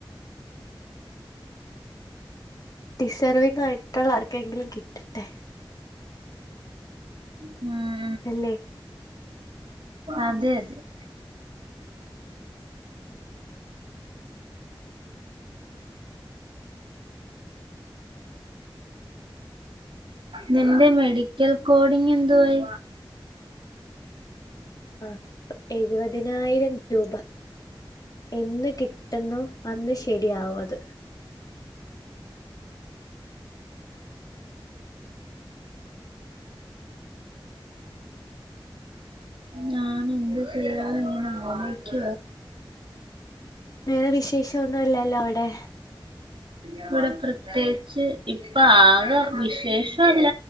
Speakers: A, on the left; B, on the right.
A: ഡിസേർവിങ് ആയിട്ടുള്ള ആർക്കെങ്കിലും കിട്ടട്ടെ
B: മ്
A: അല്ലേ
B: അതേ <unintelligible> നിന്റെ മെഡി ക്കൽ കോഡിങ് എന്തുവായി
A: ആ പ എഴുപതിനായിരം രൂപ എന്ന് കിട്ടുന്നു അന്ന് ശരിയാവും അത്
B: ഞാനുണ്ട് ചേരാൻ ഞാൻ ആഗ്രഹിക്ക
A: വേറെ വിശേഷം ഒന്നും ഇല്ലല്ലോ അവിടെ
B: ഇവിടെ പ്രത്യേകിച്ച് ഇപ്പൊ ആക വിശേഷല്ല